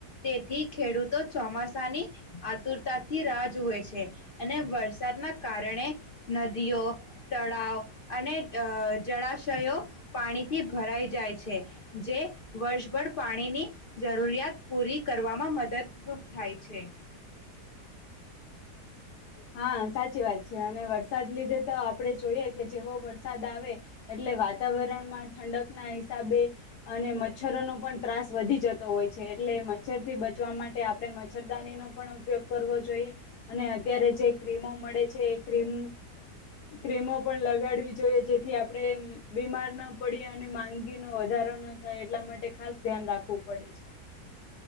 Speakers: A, on the left; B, on the left.
A: તેથી, ખેડૂતો ચોમાસાની આતુરતાથી રાહ જોએ છે. અને વરસાદના કારણે નદીઓ તળાવ અને જળાશયો પાણીથી ભરાઈ જાય છે. જે વર્ષભર પાણીની જરૂરિયાત પૂરી કરવામાં મદદરૂપ થાય છે.
B: હા! સાચી વાત છે. અને વરસાદ લીધે તો આપણે જોઈએ કે, જેવો વરસાદ આવે એટલે, વાતાવરણમાં ઠંડક ના હિસાબે અને મચ્છરોનો પણ ત્રાસ વધી જતો હોય છે. એટલે મચ્છર થી બચવા માટે આપણે મચ્છરદાની નો પણ ઉપયોગ કરવો જોઈએ. અને અત્યારે જે ક્રીમો મળે છે ક્રીમ. ક્રીમો પણ લગાડવી જોઈએ. જે થી આપડણે બીમાર ના પડી અને નો વધારો ન થાય એટલા માટે ખાસ ધ્યાન રાખવું પડે છે